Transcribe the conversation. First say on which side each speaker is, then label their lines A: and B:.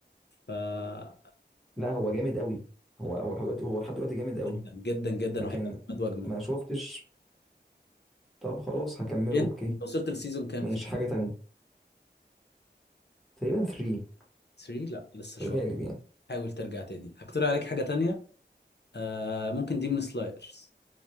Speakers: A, on the left (about 65°); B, in the centre.
A: فانصحك
B: لا هو جامد قوي هو هو لحد دلوقتي هو لحد دلوقتي جامد قوي
A: جدا جدا جدا
B: لكن
A: وهيبقى اجمد واجمد
B: ما شفتش طب خلاص هكمله
A: إيه،
B: اوكي
A: انت وصلت للسيزون كام
B: ماشي
A: فيه
B: حاجة
A: طيب
B: تانية تقريبا 3
A: 3 لا لسه
B: في
A: شوية
B: الغالب يعني
A: حاول ترجع تاني هقترح عليك حاجة تانية آه ممكن ديمون سلايرز